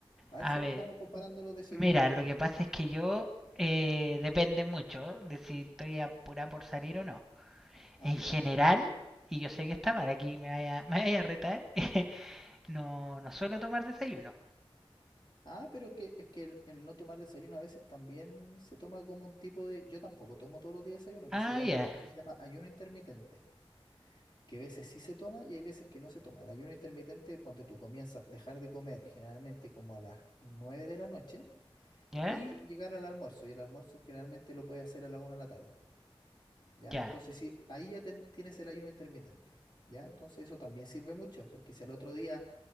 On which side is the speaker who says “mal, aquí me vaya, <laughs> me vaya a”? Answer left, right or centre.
Centre